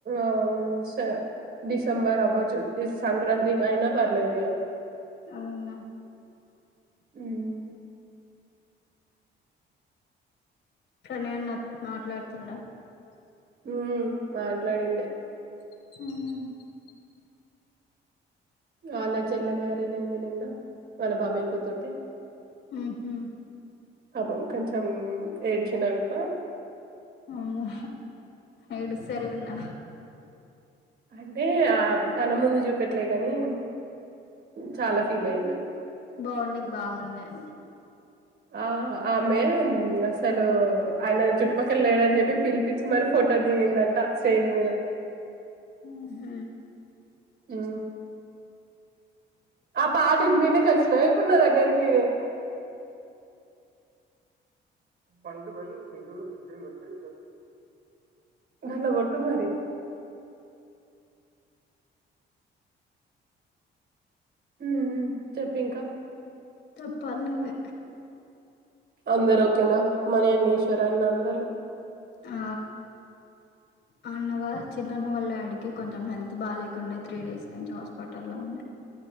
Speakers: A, on the right (about 55°); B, on the left (about 70°).
A: ఆమ్ సే డిసెంబర్ అవ్వచ్చు డిస్ సంక్రాంతికైనా పర్లేదు ఇగ
B: అవున్గా
A: హ్మ్
B: ప్రణయ్ అన్న మాట్లాడుతుండా
A: మ్ మాట్లాడిండే
B: మ్
A: ఆళ్ల చెల్లె మ్యారేజ్ అయింది నిన్న వాళ్ళ బాబాయ్ కూతుర్ది
B: మ్ హు
A: పాపం కొంచం ఏడ్చ్చిండనుకో
B: ఆమ్మో ఏడుస్తర్గుడ్నా
A: అంటే ఆ తన ముందు జూపెట్లే గాని చాలా ఫీల్ అయ్యిండు
B: బాండింగ్ బాగుందేమో
A: ఆ ఆమె మ్మ్ అసలు ఆయన చుట్టుపక్కల లేడజెప్పి పిల్ పిచ్చి మరీ ఫోటో దిగిందంట స్టేజ్ మీద
B: మ్ హు
A: మ్ ఆ పాటిన్పియానిక్వొచ్చినవ ఇపున్నా దగ్గర్కి పంట్ వెల్ సచం కొట్టి దాంట్ల గొట్టు మరి ఊఉ చెప్పింకా
B: చెప్పాలి నువ్వే
A: అందర్ ఓకేనా మణి అన్న ఈశ్వర అన్న అందరూ
B: ఆ అన్నవాల్ చిన్నన్న వాళ్ళ డాడీకే కొంచం హెల్త్ బాలేకుండే త్రీ డేస్ నుంచ్ హాస్ పటల్లో ఉండే